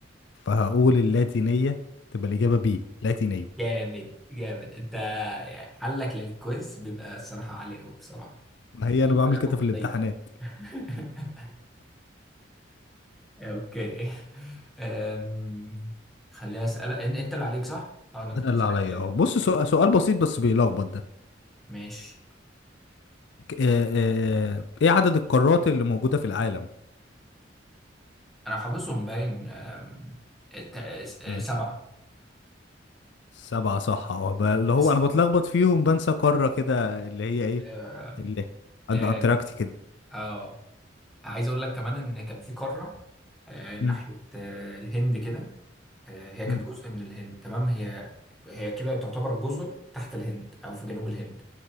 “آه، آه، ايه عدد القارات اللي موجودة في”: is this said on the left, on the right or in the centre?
Left